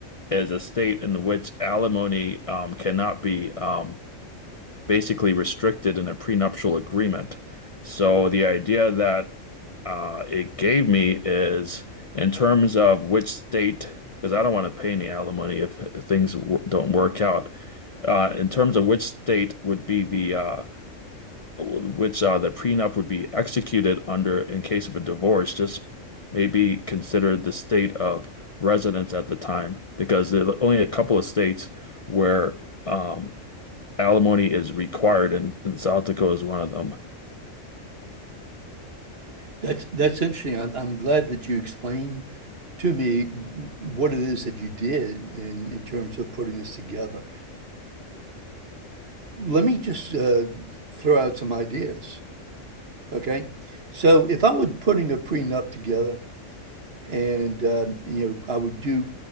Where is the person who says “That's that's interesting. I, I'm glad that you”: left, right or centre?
Right